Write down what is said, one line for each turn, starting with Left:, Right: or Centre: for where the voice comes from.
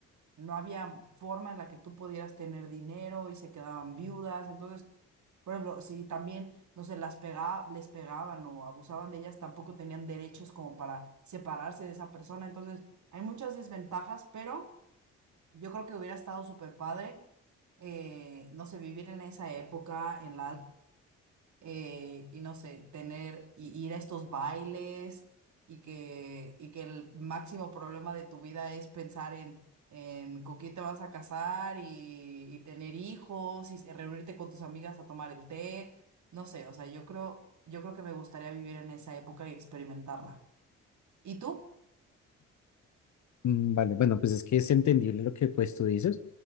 Right: no había forma en la que tú pudieras tener dinero y se quedaban viudas. Entonces, por ejemplo, si también, no sé, las pega, les pegaban o abusaban de ellas, tampoco tenían derechos como para separarse de esa persona. Entonces, hay muchas desventajas, pero yo creo que hubiera estado súper padre, eh, no sé, vivir en esa época, en la alta, eh, y no sé, tener, y ir a estos bailes, y que, y que el máximo problema de tu vida es pensar en, en con quién te vas a casar y, y tener hijos, y se- reunirte con tus amigas a tomar el té, no sé, o sea, yo creo, yo creo que me gustaría vivir en esa época y experimentarla. ¿Y tú?
Left: mm, vale, bueno, pues es que es entendible lo que pues tú dices.